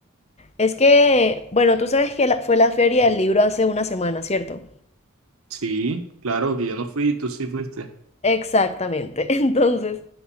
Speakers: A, on the left; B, on the right.
A: Es que, bueno, tú sabes que la- fue la feria del libro hace una semana, ¿cierto?
B: Sí, claro que yo no fui, tú sí fuiste.
A: Exactamente. <laughs> Entonces,